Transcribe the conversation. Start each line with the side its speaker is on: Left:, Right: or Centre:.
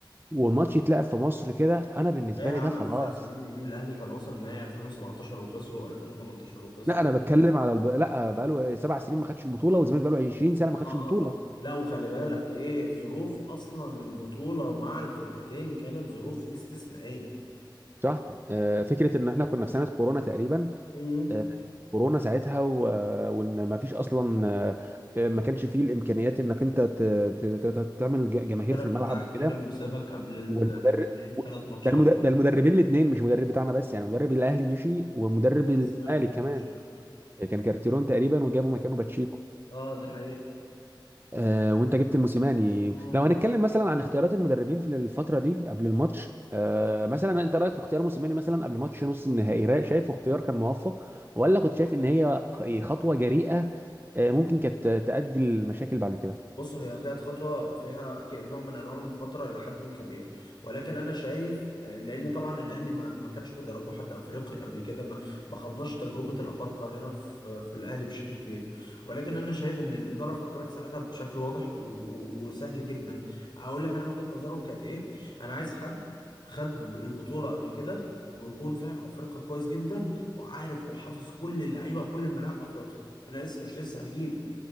Right: والماتش يتلعب في مصر كده انا بالنسبه
Left: لا يا عم
Right: لي ده خلاص
Left: تسع سنين ايه الاهلي كان وصل نهائي 2017 وخسر و2018 وخسر
Right: لا انا بتكلم على الب... لا بقى له سبع سنين ما خدش البطوله والزمالك بقى له 20 سنه ما
Left: اه
Right: خدش البطوله
Left: اه اه لا وخلي بالك ايه ظروف اصلا البطولة مع الفرقتين كانت ظروف استثنائية
Right: صح آه، فكره ان احنا كنا في سنه كورونا تقريبا
Left: امم
Right: آه، كورونا ساعتها و- آه، وان ما فيش اصلا آه، آه، ما كانش فيه الامكانيات انك انت ت- ت- ت- ت- تعمل ج-
Left: المدرب
Right: جماهير في الملعب
Left: بتاعك
Right: وكده
Left: هرب وسابك قبل ال-
Right: والمدرب
Left: النهائي بثلاث ماتشات
Right: ده المدرب ده المدربين الاثنين مش مدرب بتاعنا بس يعني مدرب الاهلي مشي ومدرب
Left: ومدرب
Right: الزمالك
Left: الزمالك برضه
Right: كمان
Left: ماشي أوي.
Right: كان كارتيرون تقريبا وجابوا مكانه باتشيكو
Left: اه دي حقيقة
Right: آه، وانت جبت موسيماني
Left: مم.
Right: لو هنتكلم مثلا عن اختيارات المدربين في الفتره دي قبل الماتش آه، مثلا انت رايك في اختيار موسيماني مثلا قبل ماتش نص النهائي رايك شايفه اختيار كان موفق ولا كنت
Left: طبعا
Right: شايف ان هي خ- خطوه جريئه آه، ممكن كانت تؤدي لمشاكل بعد كده
Left: بص هي كانت خطوة فيها أكيد نوع من أنواع المخاطرة إلى حد كبير ولكن أنا شايف آه، لأن طبعا الأهلي ما ما كانش بيدربوا حد أفريقي قبل كده ما ما خدناش تجربة الأفارقة هنا في في الأهلي بشكل كبير ولكن أنا شايف إن الإدارة فكرت ساعتها بشكل واضح و- و- وسهل جدا أقول لك أنا وجهة نظرهم كانت إيه أنا عايز حد خد البطولة قبل كده ويكون فاهم أفريقيا كويس جدا وعارف وحافظ كل اللعيبة وكل الملاعب أفريقيا أنا لسه مش لسه هجيب